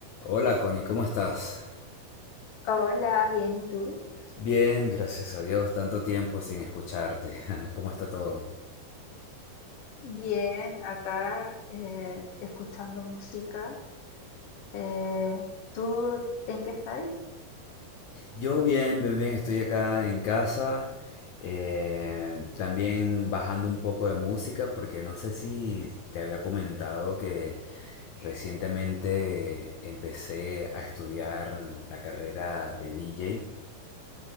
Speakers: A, on the left; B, on the left.
A: Hola Connie, ¿cómo estás?
B: Hola, bien, ¿y tú?
A: Bien, gracias a Dios, tanto tiempo sin escucharte. <laughs> ¿Cómo está todo?
B: Bien, acá eh, escuchando música. Eh, ¿tú en qué estás?
A: Yo bien, bien, bien, estoy acá en casa, eh, también bajando un poco de música, porque no sé si te había comentado que recientemente empecé a estudiar la carrera de DJ.